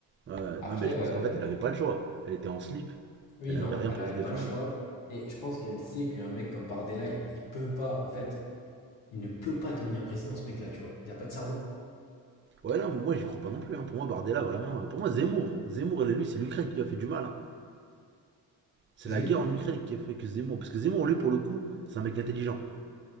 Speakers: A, on the right (about 25°); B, on the left (about 70°).
A: Ouais, ouais.
B: Après,
A: non, mais je pense
B: euh,
A: qu'en fait, elle avait pas le choix. Elle était en slip,
B: oui,
A: elle
B: non,
A: avait rien
B: elle
A: pour
B: avait
A: se défendre.
B: pas le choix. Et je pense qu'elle sait qu'un mec comme Bardella, il, il peut pas, en fait, il ne peut pas devenir président, ce mec-là, tu vois. Il a pas de cerveau.
A: Ouais, non, moi, j'y crois pas non plus. Hein. Pour moi, Bardella, vraiment. euh, Pour moi, Zemmour. Zemmour, lui, c'est l'Ukraine qui lui a fait du mal. hein. C'est
B: Zemmour?
A: la guerre en Ukraine qui a fait que Zemmour. Parce que Zemmour, lui, pour le coup, c'est un mec intelligent,